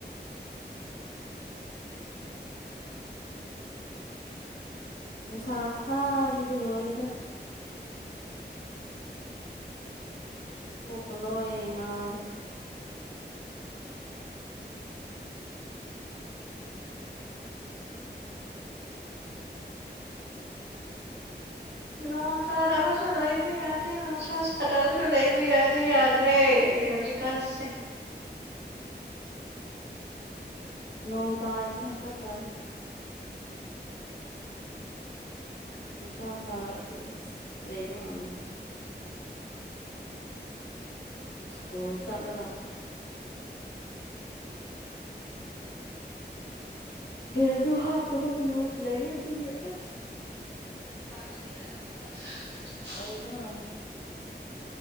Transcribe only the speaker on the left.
ꯅꯨꯡꯁꯥ ꯐꯁꯥꯁꯤꯗꯤ ꯂꯣꯏꯔꯦꯗ ꯄꯀꯂꯣ ꯌꯦꯉꯔ
ꯅꯣꯡ ꯇꯥꯔꯤꯗꯨꯅ ꯈꯔ ꯐꯔ ꯅꯨꯡꯁꯥ ꯁꯥꯔꯛꯑꯗꯤ ꯑꯁ ꯂꯩꯕ ꯉꯝꯗ꯭ꯔꯦ ꯁ꯭ꯀꯨꯜ ꯆꯠ ꯂꯒ ꯐꯦꯁꯨ ꯍꯥꯂꯣ ꯄꯒ ꯂ ꯍꯥ ꯂ ꯇ ꯑꯁ
ꯍꯂ ꯏ ꯋꯥꯗꯦ